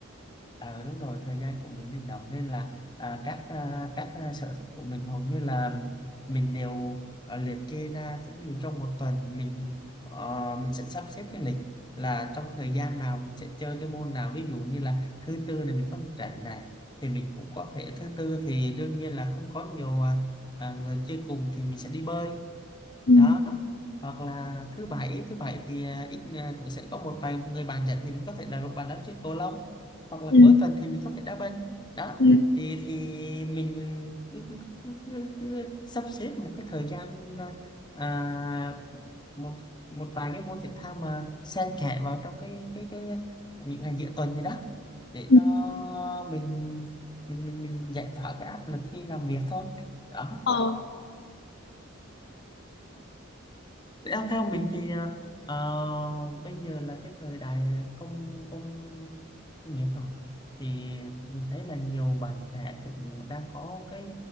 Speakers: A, on the left; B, on the left.
A: <laughs> à đúng rồi thời gian của mình linh động nên là à, các à, các à, sở thích của mình hầu như là mình đều à, liệt kê ra ví dụ trong một tuần mình ờ, mình sẽ sắp xếp cái lịch là trong thời gian nào mình sẽ chơi cái môn nào ví dụ như là thứ tư này mình có lịch rảnh này thì mình cũng có thể thứ tư thì đương nhiên là không có nhiều à, à, người chơi cùng thì mình sẽ đi bơi
B: Ừ,
A: đó hoặc là thứ bảy thứ bảy thì à, ít à, cũng sẽ có một vài người bàn nhận thì mình có thể là bàn đá chơi cầu lông hoặc là
B: Ừ.
A: cuối tuần thì mình có thể đá banh đó
B: ừ,
A: thì thì mình cứ, cứ, cứ, cứ, cứ sắp xếp một cái thời gian à, à, một một vài cái môn thể thao mà xen kẽ vào trong cái cái cái những ngày giữa tuần này đó để
B: ừ,
A: cho mình mình mình, mình giải tỏa cái áp lực khi làm việc thôi đó
B: Ờ,
A: Thế à, theo mình thì ờ, ờ, bây giờ là cái thời đại công công nghiệp rồi thì mình thấy là nhiều bạn trẻ cũng đang có cái